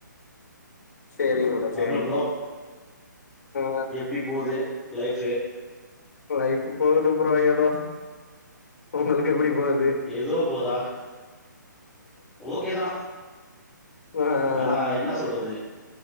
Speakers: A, on the left; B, in the centre.
A: சேரி ப்ரோ
B: அப்புறம்
A: சேரிங்க
B: ப்ரோ
A: ப்ரோ
B: எப்படி போது லைஃப்
A: லைஃப் போது ப்ரோ‌ எதோ உங்களுக்கு எப்டி போது
B: எதோ போதா ஓகே தா
A: அ
B: ஆனா என்ன சொல்றது